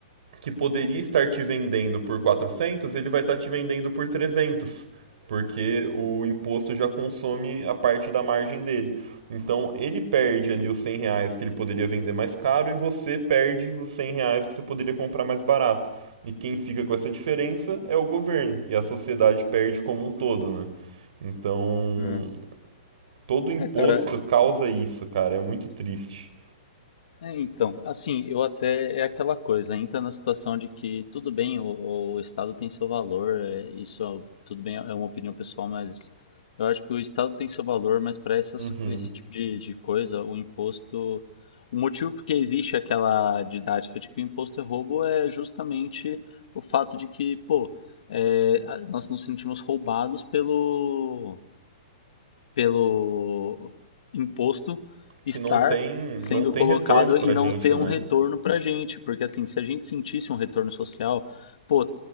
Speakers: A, on the right; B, on the left.
A: que poderia estar te vendendo por 400, ele vai estar te vendendo por 300, porque o imposto já consome a parte da margem dele. Então ele perde ali os 100 reais que ele poderia vender mais caro e você perde os 100 reais que você poderia comprar mais barato. E quem fica com essa diferença é o governo e a sociedade perde como um todo, né? Então
B: Hum.
A: todo imposto
B: É, cara,
A: causa isso, cara. É muito triste.
B: é, então, assim, eu até, é aquela coisa, entra na situação de que tudo bem, o, o Estado tem seu valor, é, isso é- tudo bem, é uma opinião pessoal, mas eu acho que o Estado tem seu valor, mas para essas,
A: Uhum.
B: esse tipo de, de coisa, o imposto, o motivo porque existe aquela didática de que o imposto é roubo é justamente o fato de que, pô, é, a- nós nos sentimos roubados pelo pelo imposto
A: Que
B: estar
A: não tem,
B: sendo
A: não tem
B: colocado
A: retorno pra
B: e não
A: gente,
B: ter
A: né?
B: um retorno para a gente. Porque, assim, se a gente sentisse um retorno social, pô,